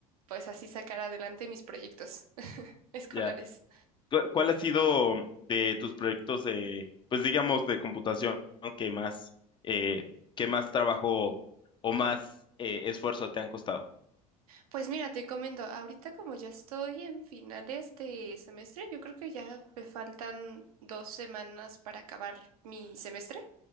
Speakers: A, on the right; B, on the left.
A: pues así sacar adelante mis proyectos <laughs> escolares.
B: ya. ¿Cu- ¿Cuál ha sido de tus proyectos de, pues digamos, de computación que más, eh, que más trabajo o más eh, esfuerzo te han costado?
A: Pues mira, te comento, ahorita como ya estoy en finales de semestre, yo creo que ya me faltan dos semanas para acabar mi semestre.